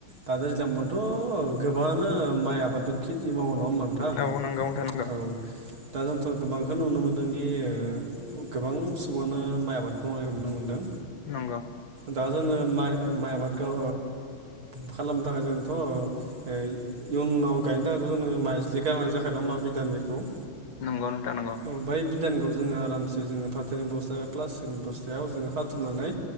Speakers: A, on the right (about 80°); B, on the left (about 65°).
A: दा दैज्लां आवथ' गोबानो माइ आबादथ' खेथि मावो नङा होनबा नोंथां
B: औ नांगौ नोंथां नांगौ
A: औ दा जोंथ' गोबांखौ नुनो मोन्दोंदि गोबां सुबुङानो माइ आबाद मावनायखौ नुनो मोनदों
B: नंगौ
A: दा जोङो माइ माइ आबादखौ खालामनो थाखाय जोंथ' इयनाव गायनो थाखायथ' जोंनो माइज्लि गारनाय जाखाय ना माब बिदान बेखौ
B: नोंगौ ना नांगौ
A: औ बै बिधानखौ जोङो आरामसे जोङो फाथोनि बस्थथाया बा प्लास्टिकनि बस्थायाव जोङो खाथुमनानै